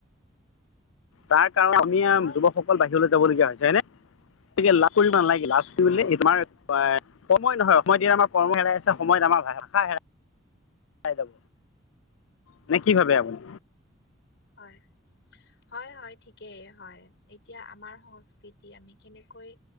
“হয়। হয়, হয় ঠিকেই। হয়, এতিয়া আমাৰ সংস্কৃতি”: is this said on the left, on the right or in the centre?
Left